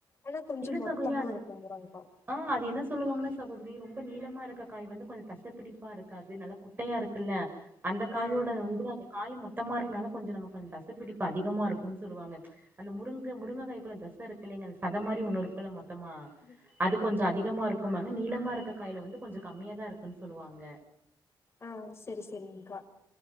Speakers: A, on the left (about 30°); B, on the right (about 25°).
A: ஆனா கொஞ்சோ
B: இல்ல
A: மொத்தமா
B: சகோதரி அது
A: இருக்குரங்கக்கா
B: ஆ அது என்ன சொல்லுவாங்கன்னா சகோதரி ரொம்ப நீளமா இருக்க காய் வந்து கொஞ்சோ தசைப்பிடிப்பா இருக்காது நல்லா குட்டையா இருக்குல்ல அந்த காயோட
A: ஆ,
B: வந்து அந்த காய மொத் மொத்தமா இருக்கனால கொஞ்சோ நமக்கு கொஞ் தசைப்பிடிப்பு அதிகமா இருக்கும்னு சொல்லுவாங்க அந்த முருங்க முருங்கக்காய் குள்ள தஸ் சை இருக்கு இலைங்க அந்த சத மாதிரி ஒன்னு இருக்குள்ள மொத்தமா
A: ம்
B: அது கொஞ்ச அதிகமாக இருக்கும்மாங்க நீளமா இருக்க காய்யில வந்து கொஞ்ச கம்மியா தா இருக்குன்னு சொல்லுவாங்க
A: ஆ செரி செரி்ங்கா